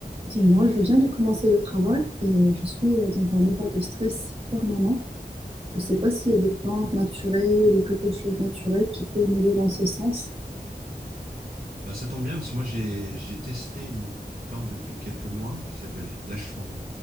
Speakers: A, on the right; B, on the right.
A: Dis-moi, je viens de commencer le travail et euh, je suis euh, dans un état de stress permanent. Je ne sais pas s'il y a des plantes naturelles ou quelque chose de naturel qui peut m'aider dans ce sens.
B: Bah, ça tombe bien parce que moi j'ai j'ai testé une plante depuis quelques mois qui s'appelle l'ashwang-